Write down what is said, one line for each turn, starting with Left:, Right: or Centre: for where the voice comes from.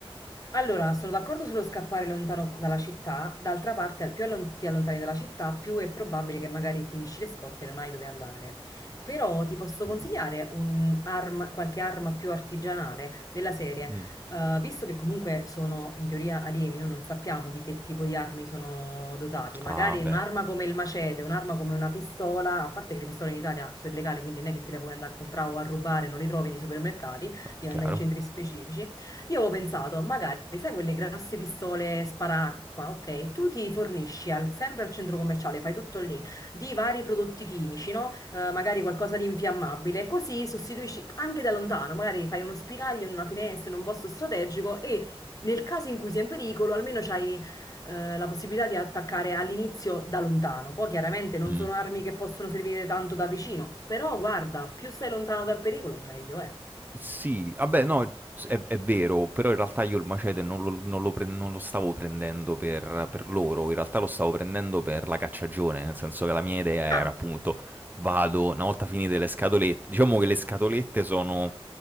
Left: Allora, sono d'accordo sullo scappare lontano dalla città, d'altra parte più allon- ti allontani dalla città, più è probabile che magari finisci le scorte e non hai dove andare. Però ti posso
Right: Mm.
Left: consigliare un arma- qualche arma più artigianale della serie,
Right: Mm.
Left: Eh, visto che comunque sono in teoria alieni, noi non sappiamo di che tipo di armi sono dotati, magari
Right: Ah, beh.
Left: un'arma come il macete, un'arma come una pistola, a parte che le pistole in Italia sono illegali, quindi non è che te le puoi andare a comprare o a rubare, non le trovi nei supermercati,
Right: No,
Left: devi
Right: chiaro.
Left: andare in centri specifici. Io avevo pensato, magari, sai quelle grosse pistole sparacqua, ok? Tu ti fornisci al- sempre al centro commerciale, fai tutto lì, di vari prodotti chimici, no? Eh, magari qualcosa di infiammabile, così sostituisci anche da lontano, magari fai uno spiraglio in una finestra, in un posto strategico e nel caso in cui sei in pericolo, almeno c'hai eh, la possibilità di attaccare all'inizio da lontano. Poi chiaramente non
Right: Mh.
Left: sono armi che possono servire tanto da vicino, però guarda, più stai lontano dal pericolo, meglio è.
Right: Sì, vabbè no, s è è vero, però in realtà io il macete non lo non lo pre non lo stavo prendendo per per loro, in realtà lo stavo prendendo per la cacciagione, nel senso che la mia idea era
Left: Ah,
Right: appunto: vado, una volta finite le scatolette diciamo che le scatolette sono